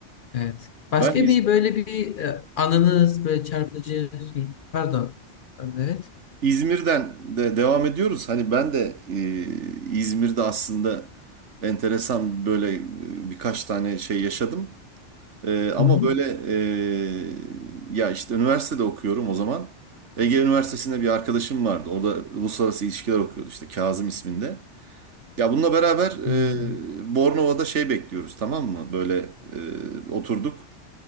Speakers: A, on the left; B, on the right.
A: Evet. Başka
B: Ben İz-
A: bir böyle bir e, anınız böyle çarpıcı şey. Pardon. Pardon, Evet.
B: İzmir'den de devam ediyoruz. Hani ben de e, İzmir'de aslında enteresan böyle e, birkaç tane şey yaşadım. E, ama
A: Hı hı.
B: böyle e, ya işte üniversitede okuyorum o zaman. Ege Üniversitesi'nde bir arkadaşım vardı. Orada uluslararası ilişkiler okuyordu işte Kazım isminde. Ya bununla beraber
A: Ne güzel.
B: e, Bornova'da şey bekliyoruz tamam mı? Böyle e, oturduk.